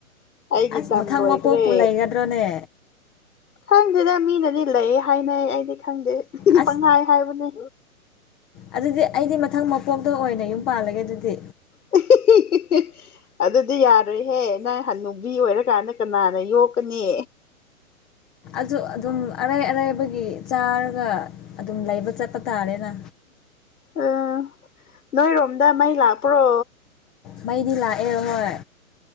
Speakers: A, on the left; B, in the centre.
A: ꯑꯩꯒꯤ
B: ꯑꯁ ꯃꯊꯪ
A: ꯝ ꯂꯣꯏꯈ꯭ꯔꯦ
B: ꯃꯄꯣꯛꯄꯨ ꯂꯩꯒꯗ꯭ꯔꯣꯅꯦ
A: ꯈꯪꯗꯦꯗ ꯃꯤꯅꯗꯤ ꯂꯩ ꯍꯥꯏꯅꯩ ꯑꯩꯗꯤ ꯈꯪꯗꯦ
B: ꯑꯁ
A: ꯄꯪꯍꯥꯏ ꯍꯥꯏꯕꯅꯦ
B: ꯑꯗꯨꯗꯤ ꯑꯩꯗꯤ ꯃꯊꯪ ꯃꯄꯣꯛꯇ ꯑꯣꯏꯅ ꯌꯨꯝ ꯄꯥꯜꯂꯒꯦ ꯑꯗꯨꯗꯤ
A: <unintelligible> ꯑꯗꯨꯗꯤ ꯌꯥꯔꯦꯍꯦ ꯅꯪ ꯍꯟꯟꯅꯨꯕꯤ ꯑꯣꯏꯔꯀꯥꯟꯗ ꯀꯅꯥꯅ ꯌꯣꯛꯀꯅꯤ
B: ꯑꯗꯨ ꯑꯗꯨꯝ ꯑꯔꯩ ꯑꯔꯥꯏꯕꯒꯤ ꯆꯥꯔꯒ ꯑꯗꯨꯝ ꯂꯩꯕ ꯆꯠꯄ ꯇꯥꯔꯦꯅ
A: ꯑ ꯅꯣꯏ ꯔꯣꯝꯗꯥ ꯃꯥꯏ ꯂꯥꯛꯄ꯭ꯔꯣ
B: ꯃꯩꯗꯤ ꯂꯥꯛꯑꯦ ꯍꯣꯏ